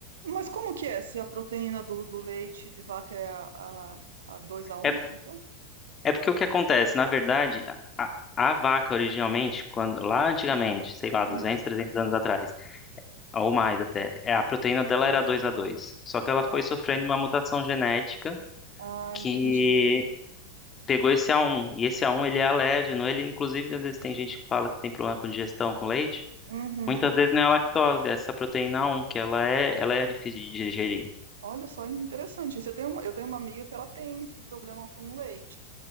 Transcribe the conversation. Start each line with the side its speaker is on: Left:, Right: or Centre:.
Right: mas como que é? Se a proteína do, do leite de vaca é a, a, a 2 a um
Left: É,
Right: como é que é?
Left: é porque o que acontece, na verdade, a vaca originalmente, quando lá antigamente, sei lá, 200,
Right: Hum.
Left: 300 anos atrás, ou mais até, é, a proteína dela era 2A2. Só que ela
Right: Ah,
Left: foi sofrendo
Right: tá.
Left: uma mutação genética
Right: Ah,
Left: que
Right: entendi.
Left: pegou esse A1, e esse A1 ele é alérgeno, ele inclusive às vezes tem gente que fala que tem problema com digestão com leite,
Right: Uhum.
Left: muitas vezes não é a lactose, é essa proteína A1 que ela é, ela é difícil de digerir.
Right: Olha só, interessante. Você tem uma, eu tenho uma amiga que ela tem esse problema com leite,